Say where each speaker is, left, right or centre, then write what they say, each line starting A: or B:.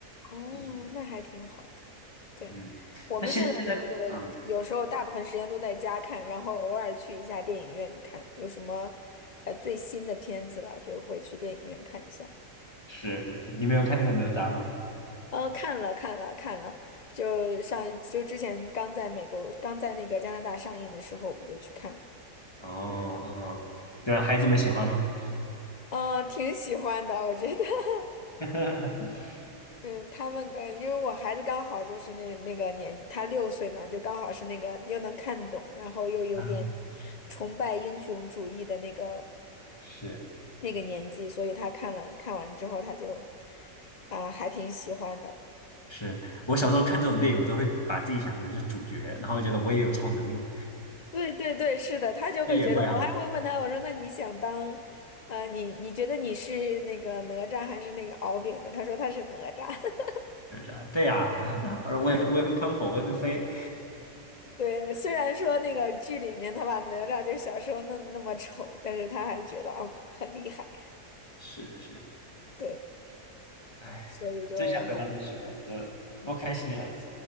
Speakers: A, on the left; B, on the left.
A: 哦，
B: 那是
A: 那还挺好的。对，
B: 嗯，
A: 我们现在就是有时候大部分时间都在家看，
B: 但现现在嗯，
A: 然后偶尔去一下电影院看，有什么呃最新的片子了，就会去电影院看一下。
B: 是是是，你没有看那个哪吒吗？
A: 哦，看了看了看了，就上就之前刚在美国，刚在那个加拿大上映的时候，我们就去看，
B: 哦哦，对啊孩子们喜欢吗？
A: 呃，挺喜欢的，我觉得，<laughs>
B: <laughs>
A: 嗯，他们呃，因为我孩子刚好就是那那个年，他六岁嘛，就刚好是那个又能看懂，然后又有点
B: 啊，
A: 崇拜英雄主义的那个
B: 是。
A: 那个年纪，所以他看了看完之后，他就啊、还挺喜欢的。
B: 是我小时候看这种电影，
A: 嗯。
B: 我都会把自己想成是主角，然后觉得我也有超能力，
A: 对对对，是的，他就会觉得，
B: 我也会啊
A: 我还会问他，我说那你想当，呃，你你觉得你是那个哪吒还是那个敖丙呢？他说他是哪吒。<laughs>
B: 对啊，对啊，<laughs> 我说我也会我也会喷火，
A: 嗯，
B: 我也会飞，
A: 对，虽然说那个剧里面他把哪吒就是小时候弄那么丑，但是他还觉得嗯很厉害，
B: 是是，
A: 对，
B: 哎，
A: 所以就还
B: 真想回到那时候，这多开心啊！
A: 嗯